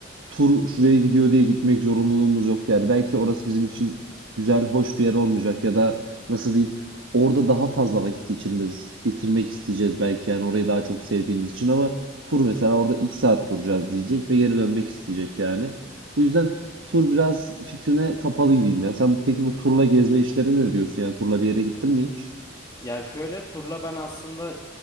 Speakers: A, on the right; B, on the left.
A: tur şuraya gidiyor diye gitmek zorunluluğumuz yok. Yani belki orası bizim için güzel, hoş bir yer olmayacak ya da nasıl diyeyim orada daha fazla vakit geçirmemiz, getirmek isteyeceğiz belki yani orayı daha çok sevdiğimiz için ama tur mesela orada 2 saat duracağız diyecek ve geri dönmek isteyecek yani. Bu yüzden tur biraz fikrine kapalı gibiyim ya. Sen peki bu turla gezme işlerine ne diyorsun yani turla bir yere gittin mi hiç?
B: Ya şöyle turla ben aslında